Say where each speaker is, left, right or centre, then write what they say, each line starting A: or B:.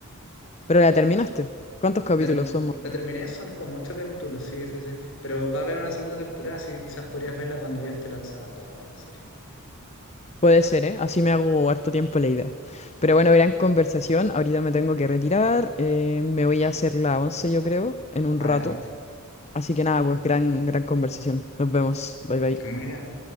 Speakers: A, on the left; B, on the left.
A: ¿Pero la terminaste? ¿Cuántos capítulos
B: La, ter-
A: son más o
B: la
A: menos?
B: terminé, son como ocho capítulos, sí, sí, sí. Pero va a haber una segunda temporada, así que quizás podrías verla cuando ya esté lanzada toda la serie.
A: Puede ser, ¿eh? Así me hago harto tiempo la idea. Pero bueno, gran conversación. Ahorita me tengo que retirar. eh, me voy a hacer la once, yo creo, en un
B: Adelante.
A: rato. Así que nada, pues gran, gran conversación. Nos vemos. Bye bye.
B: Está muy bien.